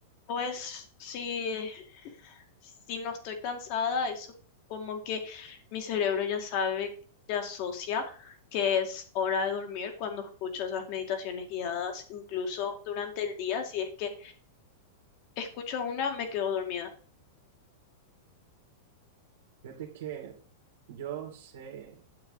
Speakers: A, on the left (about 45°); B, on the right (about 70°).
A: pues sí. si no estoy cansada, eso como que mi cerebro ya sabe, ya asocia que es hora de dormir cuando escucho esas meditaciones guiadas, incluso durante el día, si es que escucho una, me quedo dormida.
B: Fíjate que yo sé,